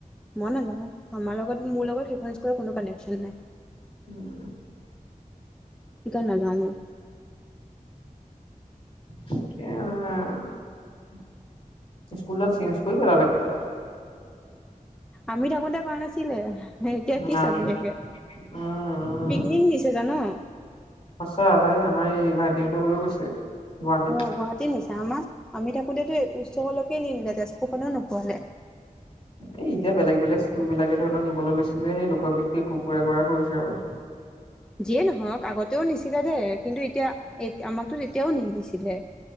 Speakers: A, in the centre; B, on the left.
A: মই নাযাওঁ। আমাৰ লগত মোৰ লগত সেইখন স্কুল কোনো কানেকশ্যন নাই।
B: উম,
A: কা নাযাও মই।
B: তাকে আৰু <unintelligible> স্কুলডাল চেঞ্জ কৰি পেলালে পূৰা।
A: আমি থাকোঁতে কৰা নাছিলে, এতিয়া কি
B: নাই
A: চাবি একে।
B: উম উম
A: পিকনিক নিছে জান?
B: সঁচা ভাই আমাৰ এই ভাইটিহঁতক লৈ গৈছে। গুৱাহাটী
A: অ, গুৱাহাটী নিছে, আমাক আমি থাকোতেতো এক ওচলৈ নিনিলে তেজপুখনো নোফুৱালে।
B: এই এতিয়া বেলেগ বেলেগ স্কুল বিলাকে ধৰি ল, নিবলৈ লৈছে যে সেই লোকক দেখি কুকুৰা কৰা কৰিছে আৰু।
A: যিয়ে নহওঁক আগতেও নিছিলে দে কিন্তু, এতিয়া এইট আমাকতো তেতিয়াও নিদিছিলে।